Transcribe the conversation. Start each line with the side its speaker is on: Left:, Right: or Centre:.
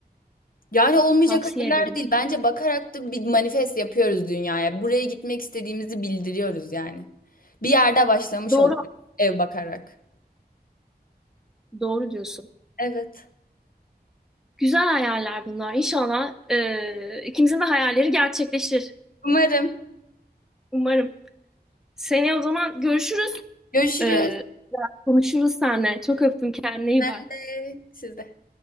Left: Yani olmayacak
Centre: Tavsiye
Left: hayaller
Centre: ederim.
Left: değil. Bence bakarak da bir manifest yapıyoruz dünyaya. Buraya gitmek istediğimizi bildiriyoruz yani. Bir yerde başlamış
Centre: Doğru,
Left: oluyoruz ev bakarak.
Centre: doğru diyorsun.
Left: Evet.
Centre: Güzel hayaller bunlar. İnşallah e, ikimizin de hayalleri gerçekleşir.
Left: Umarım.
Centre: Umarım. Seneye o zaman görüşürüz.
Left: Görüşürüz.
Centre: E, konuşuruz seninle. Çok öptüm. Kendine iyi bak.
Left: Ee, Siz de.